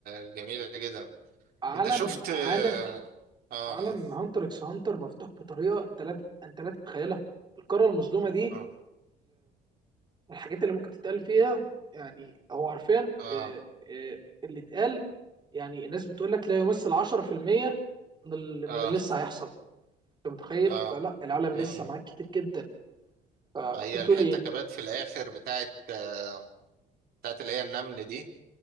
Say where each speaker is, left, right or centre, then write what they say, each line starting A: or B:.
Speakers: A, on the right; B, on the right.
A: الجميلة جدا
B: عالم
A: أنت شفت
B: عالم
A: آه آه
B: عالم هانتر اكس هانتر مفتوح بطريقة أنت لا أنت لا تتخيلها القارة المظلومة دي
A: آه
B: والحاجات اللي ممكن تتقال فيها يعني هو حرفيا
A: آه
B: آه، آه، اللي اتقال يعني الناس بتقول لك لا يمثل 10% من ال-
A: آه,
B: من اللي لسه هيحصل أنت متخيل؟
A: آه.
B: فلا العالم
A: مم.
B: لسه معاك كتير جدا فكنت
A: آه، هي
B: بتقول
A: الحتة
B: إيه؟
A: كمان في الآخر بتاعت آه بتاعت اللي هي النمل دي